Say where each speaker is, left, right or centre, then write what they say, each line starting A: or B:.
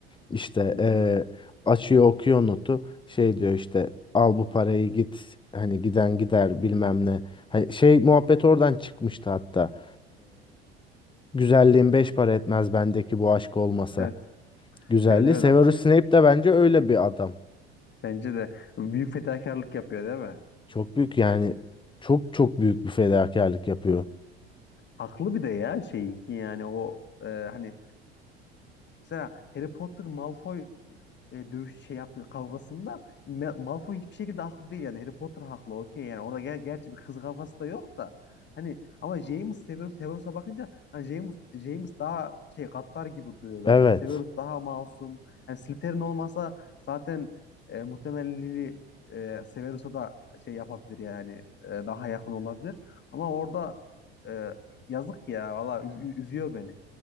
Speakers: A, on the left; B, on the left.
A: İşte
B: Neyse.
A: eee, açıyor okuyor notu şey diyor işte al bu parayı git hani giden gider bilmem ne. Hani şey muhabbet oradan çıkmıştı hatta. Güzelliğin beş para etmez bendeki bu aşk olmasa.
B: Evet.
A: Güzelliği.
B: Evet evet
A: Severus Snape de bence öyle bir adam.
B: Bence de büyük fedakarlık yapıyor değil mi?
A: Çok büyük yani
B: Ve
A: çok çok büyük bir fedakarlık yapıyor.
B: haklı bir de ya şeyinki yani o e, hani mesela Harry Potter Malfoy e, dövüş şey yap kavgasında Ma- Malfoy hiçbir şekilde haklı değil yani Harry Potter haklı okey yani orada ger- gerçi bir kız kavgası da yok da hani ama James Severus Severus'a bakınca hani James James daha şey gaddar gibi duruyor zaten
A: Evet.
B: hani Severus daha masum yani Slytherin olmasa zaten e, muhtemelen Lily e, Severus'a da şey yapabilir yani e, daha yakın olabilir ama orada e, yazık ya valla üz- üzüyor beni.